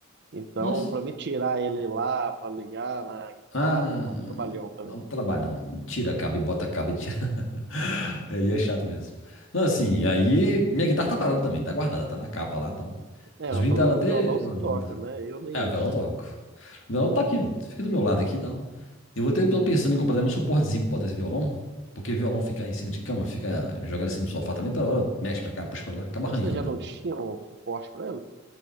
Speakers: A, on the right; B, on the left.
A: Então,
B: Nossa.
A: para me tirar ele lá, para ligar na guitarra,
B: Ah,
A: dá um trabalhão também.
B: dá um trabalhão. Tira cabo e bota cabo e tira. <laughs> Aí é chato mesmo. Não, assim, aí minha guitarra tá parada também, tá guardada, tá na capa lá e tal.
A: É,
B: Os
A: mas
B: meninos
A: pelo
B: estavam
A: menos
B: até
A: no violão você
B: olhando.
A: toca, né? Eu nem
B: É, o violão
A: isso.
B: eu toco. O violão tá aqui, fica do meu lado aqui e tal. Eu vou ter, tô pensando em comprar também um suportezinho pra botar esse violão, porque violão ficar em cima de cama, fica jogado em cima do sofá também, toda hora mexe pra cá, puxa pra lá, acaba
A: Mas
B: arranhando
A: você já não
B: também.
A: tinha um suporte para ele?